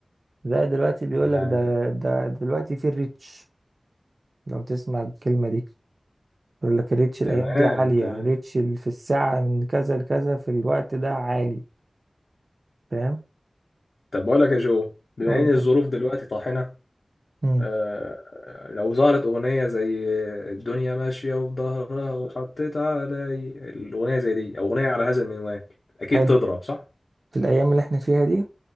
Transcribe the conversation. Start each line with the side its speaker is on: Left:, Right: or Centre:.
Right: ده دلوقتي بيقول
Left: يعني
Right: لك ده ده دلوقتي في الريتش لو تسمع الكلمة دي يقول لك الريتش الأيام
Left: تمام
Right: دي عالية
Left: تمام
Right: ريتش ال- في الساعة من كذا لكذا في الوقت ده عالي فاهم
Left: طب بقول لك يا جو بما
Right: أقول
Left: إن
Right: لك
Left: الظروف دلوقتي طاحنة
Right: امم
Left: آه لو ظهرت أغنية زي الدنيا ماشية وظهرها وحطيت علي الأغنية زي دي أو أغنية على هذا المنوال أكيد
Right: حلو
Left: تضرب صح؟
Right: في الأيام اللي احنا فيها دي